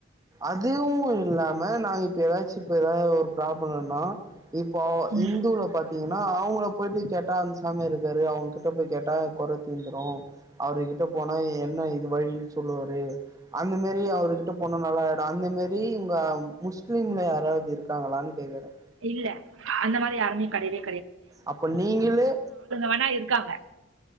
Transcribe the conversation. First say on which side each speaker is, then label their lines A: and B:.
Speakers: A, on the right; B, on the right.
A: அதுவு இல்லாம நாங்க இப்ப ஏதாச்சி இப்ப எதாது ஒரு ப்ராப்ளோனா இப்போ
B: ம்
A: இந்துல பாத்தீங்கன்னா அவுங்கள போயிட்டு கேட்டா அந்த சாமியார் இருக்காரு அவங்ககிட்ட போயி கேட்டா குறை தீந்துரு அவர்கிட்ட போனா என்ன இது வழின்னு சொல்லுவாரு அந்த மேரி அவர்கிட் ட்டு போன நல்லாயிடு அந்த மேரி உங்க முஸ்லீம்ல யாராவது இருக்காங்களான் கேக்குறே
B: இல்ல அந்த மாரி யாருமே கிடையவே
A: அப்ப நீங்களே
B: வேணா இருக்காங்க